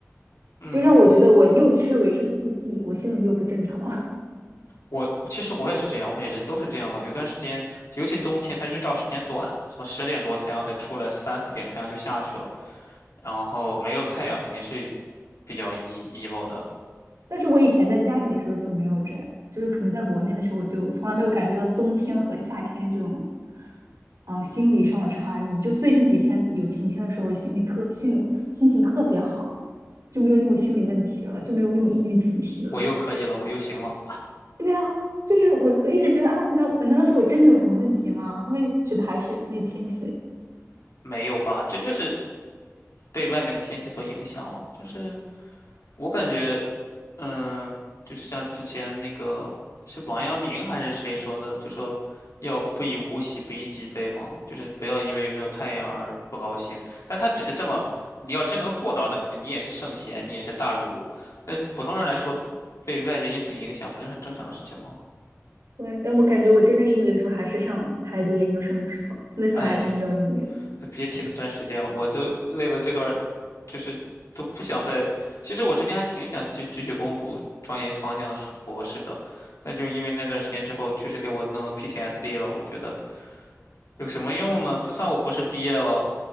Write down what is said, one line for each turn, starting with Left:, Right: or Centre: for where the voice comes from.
Left: 嗯，
Right: 就让我觉得我又缺维生素 D，我心里又不正常。了。
Left: 我我其实我也是这样，我感觉人都是这样吧。有段时间，尤其冬天，它日照时间短，然后十点多太阳才出来，三四点太阳就下去了。然后没有太阳肯定是比较 e emo 的。
Right: 但是我以前在家里的时候就没有这样，就是可能在国内的时候，我就从来没有感受到冬天和夏天这种，嗯，心理上的差异。就最近几天有晴天的时候，心里特心里心情特别好，就没有那种心理问题了，就没有那种抑郁情绪了。
Left: 我又可以了，我又行了，
Right: 对啊，就是我一直觉得啊，难难道是我真的有什么问题吗？后面觉得还是因为天气的原因。
Left: 没有吧？这就是被外面的天气所影响了。就是我感觉，嗯，就是像之前那个是王阳明还是谁说的，就说要不以物喜，不以己悲嘛，就是不要因为有没有太阳而不高兴。但他只是这么，你要真能做到，那肯定你也是圣贤，你也是大儒。那普通人来说，被被外界因素影响不是很正常的事情吗？
Right: 对，但我感觉我真正抑郁的时候还是上还在读研究生的时候，那时候还真叫抑郁。
Left: 哎。别提那段时间了，我就为了这段儿就是都不想再。其实我之前还挺想继继续攻读专业方向的硕博士的，但就是因为那段时间之后，确实给我弄 PTSD 了。我就觉得有什么用呢？就算我博士毕业了，